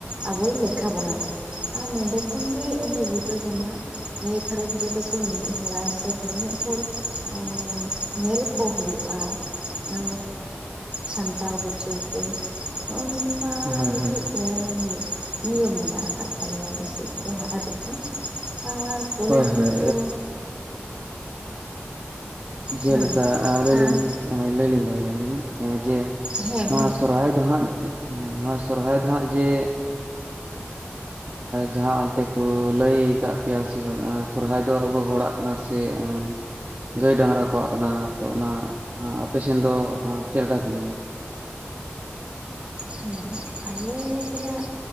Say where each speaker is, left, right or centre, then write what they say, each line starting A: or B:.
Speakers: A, on the right (about 25°); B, on the right (about 50°).
A: ᱟᱵᱚᱭ ᱞᱮᱠᱷᱟ ᱵᱚᱱᱟ᱾ ᱟᱨ ᱱᱚᱸᱰᱮ ᱠᱷᱚᱱᱜᱮ ᱩᱱᱤᱭ ᱵᱩᱡᱷᱟᱹᱣ ᱧᱟᱢᱟ, ᱱᱤᱭᱟᱹ ᱜᱷᱟᱨᱚᱸᱡᱽ ᱨᱮᱫᱚ ᱠᱚ ᱱᱤᱱᱟᱹᱜ ᱦᱚᱲᱟ ᱥᱮ ᱱᱤᱱᱟᱹᱜ ᱦᱚᱲ ᱩᱸ ᱧᱮᱞ ᱠᱚ ᱦᱩᱭᱩᱜᱼᱟ᱾ ᱟᱹ ᱥᱟᱢᱴᱟᱣ ᱜᱩᱪᱷᱟᱹᱣᱛᱮ ᱱᱚᱜᱼᱚ ᱱᱚᱝᱠᱟ
B: ᱦᱳᱭ
A: ᱢᱤᱫᱴᱮᱡ,
B: ᱦᱳᱭ
A: ᱤᱭᱟᱹ ᱢᱤᱫ ᱱᱤᱭᱚᱢ ᱢᱮᱱᱟᱜ ᱟᱠᱟᱫ ᱛᱟᱞᱮᱭᱟ ᱟᱞᱮᱥᱮᱫ ᱫᱚ ᱦᱟᱸᱜ ᱟᱹᱨᱤ ᱠᱚ ᱟᱨ ᱯᱚᱨᱮᱨ
B: ᱦᱳᱭ
A: ᱫᱤᱱ
B: ᱦᱳᱭ
A: ᱫᱚ,
B: ᱡᱮᱞᱮᱠᱟ
A: ᱦᱳᱭ
B: ᱮ ᱟᱹᱞᱤᱧ
A: ᱦᱮᱸ
B: ᱞᱤᱧ ᱟᱹᱞᱤᱧ ᱞᱤᱧ ᱫᱚᱦᱚᱭᱟᱹᱞᱤᱧ ᱮᱸ ᱡᱮ
A: ᱦᱮᱸ
B: ᱱᱚᱣᱟ ᱥᱚᱨᱦᱟᱭ ᱫᱚ ᱦᱟᱸᱜ ᱱᱚᱣᱟ ᱥᱚᱨᱦᱟᱭ ᱫᱚ ᱦᱟᱸᱜ ᱡᱮ ᱡᱟᱦᱟᱸ ᱚᱱᱛᱮ ᱠᱚ ᱞᱟᱹᱭ ᱠᱟᱜ ᱯᱮᱭᱟ ᱥᱮ ᱵᱟᱝ ᱮᱸ ᱥᱚᱨᱦᱟᱭ ᱟᱵᱚ ᱦᱚᱲᱟᱜ ᱠᱟᱱᱟ ᱥᱮ ᱮᱸ ᱜᱟᱹᱭ ᱰᱟᱝᱨᱟ ᱠᱚᱣᱟᱜ ᱠᱟᱱᱟ ᱛᱚ ᱚᱱᱟ ᱟᱯᱮᱥᱮᱱ ᱫᱚ ᱚᱸ ᱪᱮᱫ ᱞᱮᱠᱟ ᱠᱚ ᱞᱟᱹᱭᱟ?
A: ᱦᱮᱸ ᱟᱞᱮ ᱥᱮᱱᱟᱜ,